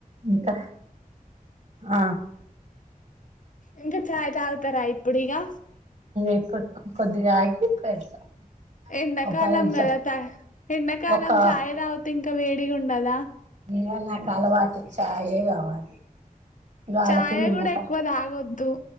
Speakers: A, on the right (about 55°); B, on the left (about 60°).
A: ఇంకా ఆ
B: ఇంకా ఛాయ్ తాగుతారా ఇప్పుడుగా
A: ఇప్పుడు కొద్దిగా ఆగి పెడతాం
B: ఎండాకాలం
A: ఒక పది నిమిషాలు
B: కదాా ఎండాకాలం
A: ఒక
B: చాయ్ రావత ఇంకా వేడిగా ఉండదా
A: ఇంకా నాకు అలవాటు చాయే కావాలి వాళ్ళకి
B: ఛాయ
A: నిమ్మకాయ
B: గుడి ఎక్కువ తాగొద్దు.